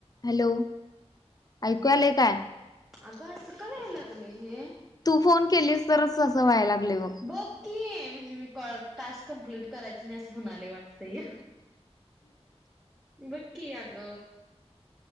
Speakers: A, on the left; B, in the centre.
A: Hello ऐकू आले काय.
B: आ ग असं का व्हायला लागले हे.
A: तू फोन केलीस तरच असं व्हाय लाग बघ.
B: बघकी म्हणजे मी कॉ टास्क कमप्लीट करायच नाही असं म्हणाला वाटत या. बकी आग.